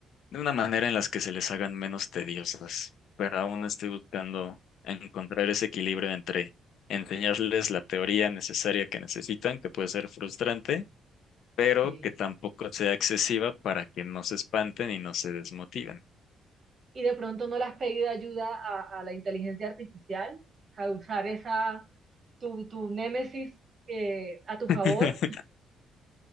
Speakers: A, on the left; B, on the right.
A: de una manera en las que se les hagan menos tediosas, pero aún estoy buscando encontrar ese equilibrio entre enseñarles la teoría necesaria que necesitan, que puede ser frustrante, pero
B: Sí.
A: que tampoco sea excesiva para que no se espanten y no se desmotiven.
B: y de pronto no le has pedido ayuda a, a la inteligencia artificial, a usar esa, tu, tu némesis eh, a tu
A: <laughs>
B: favor,